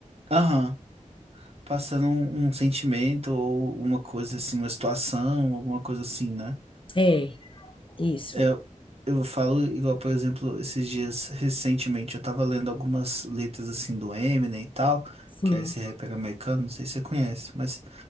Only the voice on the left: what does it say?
É, isso.
Sim,